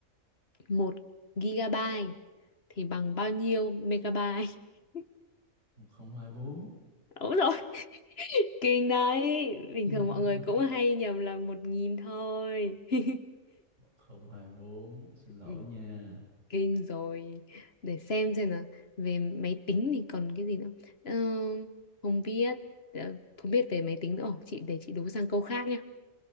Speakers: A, on the left; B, on the right.
A: một gigabyte thì bằng bao nhiêu megabyte <laughs>
B: một một không không hai bốn
A: đúng rồi kinh đấy bình
B: <laughs>
A: thường mọi người cũng hay nhầm là một nghìn thôi <laughs>
B: một không hai bốn. xin lỗi
A: Ừ,
B: nha.
A: kinh rồi để xem xem là về máy tính thì còn cái gì nữa Ờ, không biết ờ, không biết về máy tính nữa Ồ, chị để chị đố sang câu khác nhá